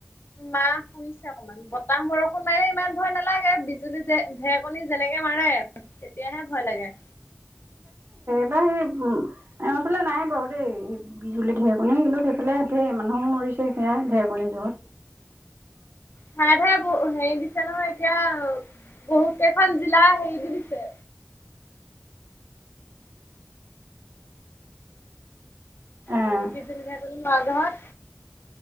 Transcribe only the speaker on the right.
এবাৰ সেই উ আমা ফালে নাই বাৰু দেই বিজুলী ঢেৰেকণি কিন্তু সেইফালে ধেই মানুহ মৰি ছে সেয়া ঢেৰেকণি যত
অ